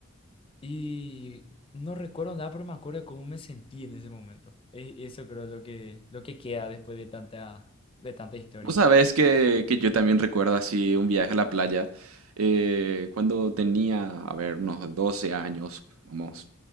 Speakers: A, on the left; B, on the right.
A: Y no recuerdo nada, pero me acuerdo de cómo me sentí en ese momento. E- Eso creo es lo que, lo que queda después de tanta, de tanta historia.
B: Vos sabés que, que yo también recuerdo así un viaje a la playa eh, cuando tenía, a ver, unos 12 años. Vamos,